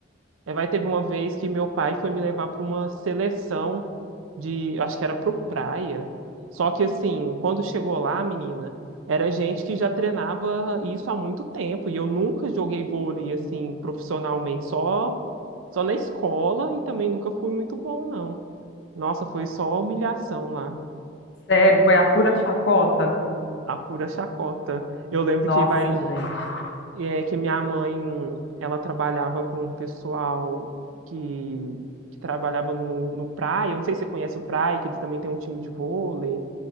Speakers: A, on the right; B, on the left.
A: É, vai teve uma vez que meu pai foi me levar para uma seleção de, eu acho que era pro praia. Só que assim, quando chegou lá, menina, era gente que já treinava isso há muito tempo e eu nunca joguei vôlei assim profissionalmente, só só na escola e também nunca fui muito bom, não. Nossa, foi só humilhação lá,
B: Sério, foi a pura chacota.
A: a pura chacota. Eu lembro
B: Nossa,
A: que vai,
B: gente.
A: é, que minha mãe, ela trabalhava com um pessoal que, que trabalhava no, no Praia, eu não sei se você conhece o Praia, que eles também têm um time de vôlei.